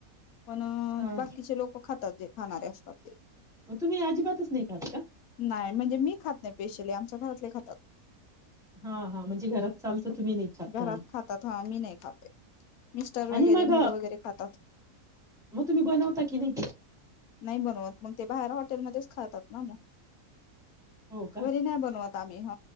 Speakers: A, on the left; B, in the centre.
A: पण
B: हा
A: बाकीचे लोक खातात जे खाणारे असतात ते
B: तुम्ही अजिबातच नाही खात का?
A: नाही म्हणजे मी खात नाही स्पेशली आ आमच्या घरातले खातात.
B: हा हा म्हणजे घरात चालतं तुम्ही नाही खाता.
A: घरात खातात हा मी नाही खाते मिस्टर वगैरे
B: आणि मग
A: मुलं वगैरे खातात
B: मग तुम्ही बनवता कि नाही?
A: नाही बनत मग ते बाहेर हॉटेलमध्येच खातात ना मग.
B: हो का?
A: घरी नाही बनवत. आम्ही ह